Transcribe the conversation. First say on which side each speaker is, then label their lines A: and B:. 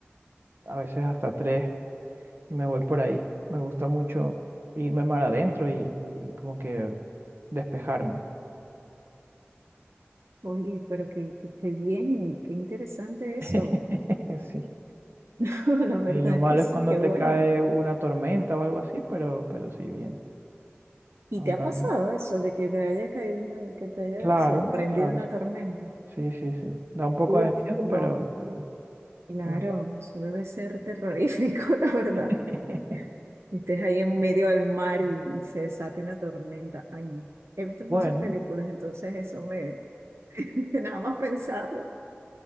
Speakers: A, on the right; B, on the right.
A: a veces hasta tres. y me voy por ahí. Me gusta mucho irme mar adentro y, y- y como que despejarme.
B: oye, pero que, que, qué bien, qué interesante eso.
A: <laughs> Sí.
B: <laughs> La verdad
A: Y lo malo
B: que sí,
A: es cuando
B: qué
A: te
B: bueno.
A: cae una tormenta o algo así, pero, pero sí, bien.
B: ¿Y
A: Normalmente-
B: te ha pasado eso de que te haya caído, una- que te haya
A: Claro,
B: sorprendido
A: claro.
B: una tormenta?
A: Sí, sí, sí. Da un poco
B: Uf,
A: de miedo, pero,
B: no,
A: pero,
B: claro,
A: pero bueno.
B: eso debe ser terrorífico, <laughs> la verdad.
A: <laughs>
B: Y estés ahí en medio del mar y, y se desata una tormenta. Ay, no. He visto muchas
A: Bueno,
B: películas, entonces eso me... <laughs> Nada más pensarlo.